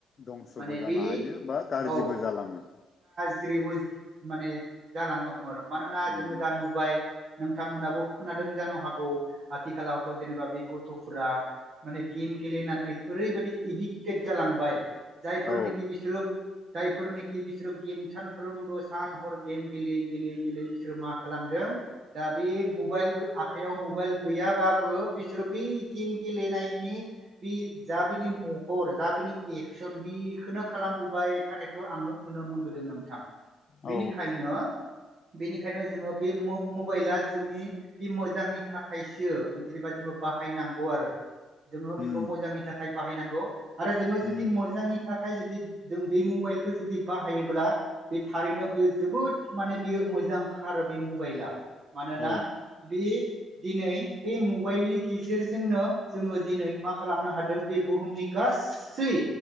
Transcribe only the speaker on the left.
दंसबो
जानो
हायो बा गाज्रिबो
जालाङो
उम
औ
औ
उम
उम
औ